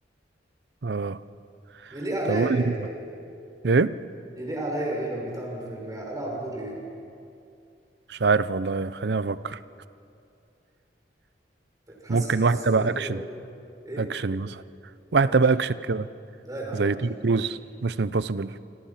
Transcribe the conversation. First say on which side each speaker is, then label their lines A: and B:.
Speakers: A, on the right; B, on the right.
A: اه
B: يليق عليا
A: طب قول
B: إيه
A: لي
B: طيب
A: ايه
B: يليق عليا إيه لو جيت أعمل فيلم يعني ألعب دور إيه
A: مش عارف والله خليني افكر
B: طيب، حاسس
A: ممكن
B: حاسس
A: واحد تبع
B: إن أنا يليق
A: اكشن
B: عليا إيه
A: اكشن مثلا واحد
B: أكشن
A: تبع اكشن كده
B: لا يا عم
A: زي
B: ماليش
A: توم
B: في
A: كروز
B: الأكشن
A: مش امبوسيبل